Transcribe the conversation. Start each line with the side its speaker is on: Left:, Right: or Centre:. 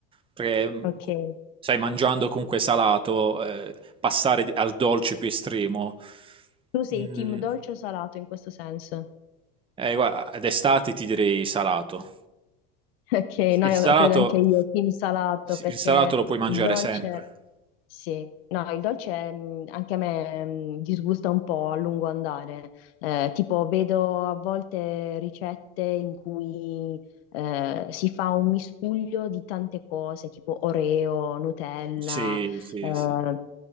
Right: perché mh,
Left: Ok.
Right: cu- sai, mangiando comunque salato, eh, passare di- al dolce più estremo,
Left: Tu sei
Right: mm,
Left: team dolce o salato in questo senso?
Right: eh, guarda, ad estate ti direi salato.
Left: <laughs> Ok, no,
Right: Il
Left: io
Right: salato,
Left: credo anche io, team salato, perché
Right: il salato lo puoi mangiare
Left: il dolce,
Right: sempre.
Left: sì, no, il dolce mh, anche a me mh, disgusta un po' a lungo andare. Eh, tipo, vedo a volte ricette in cui eh, si fa un miscuglio di tante cose, tipo Oreo, Nutella,
Right: Sì, sì,
Left: eh,
Right: sì.